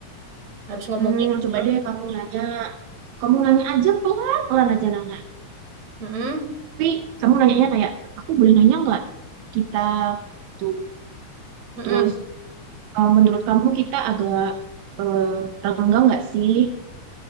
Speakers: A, on the right; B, on the right.
A: harus ngomongnya
B: Hmm,
A: gimana.
B: coba deh kamu nanya. Kamu nanya aja pelan-pelan aja nanya.
A: Mm-mm,
B: Tapi kamu nanyanya kayak, aku boleh nanya nggak? Kita tuh.
A: mm-mm.
B: Terus, eh, menurut kamu kita agak eh, renggang nggak sih?